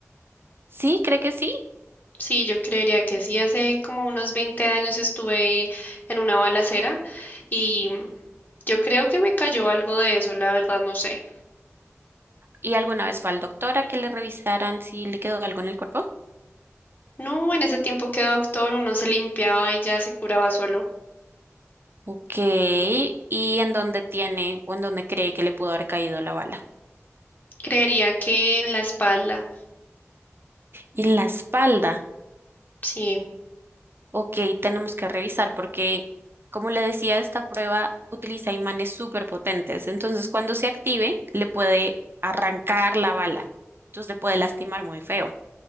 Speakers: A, on the right (about 50°); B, on the left (about 40°).
A: Sí, cree que sí.
B: Sí, yo creería que sí. Hace como unos 20 años estuve en una balacera y yo creo que me cayó algo de eso, la verdad no sé.
A: ¿Y alguna vez fue al doctor a que le revisaran si le quedó algo en el cuerpo?
B: No, en ese tiempo que doctor uno se limpiaba y ya se curaba solo.
A: Ok, ¿y en dónde tiene o en dónde cree que le pudo haber caído la bala?
B: Creería que en la espalda,
A: En la espalda.
B: sí.
A: Ok, tenemos que revisar porque, como le decía, esta prueba utiliza imanes súper potentes. Entonces, cuando se active, le puede arrancar la bala. Entonces, le puede lastimar muy feo.